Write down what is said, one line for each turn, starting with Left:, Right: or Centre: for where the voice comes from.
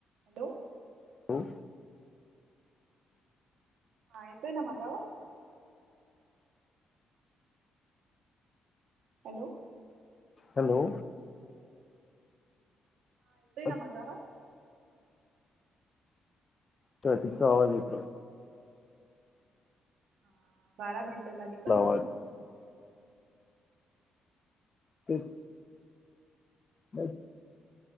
Right: हॅलो..
Left: हॅलो
Right: हा येतोय ना माझा आवाज.... हॅलो...
Left: हॅलो..
Right: हा येतोय ना
Left: अच्छा
Right: माझा आवाज
Left: तर तुमचं आवाज येतोय...
Right: हा बारा मिनिटं झाली
Left: आपला
Right: कट
Left: आवाज
Right: झालं...
Left: ते... हम...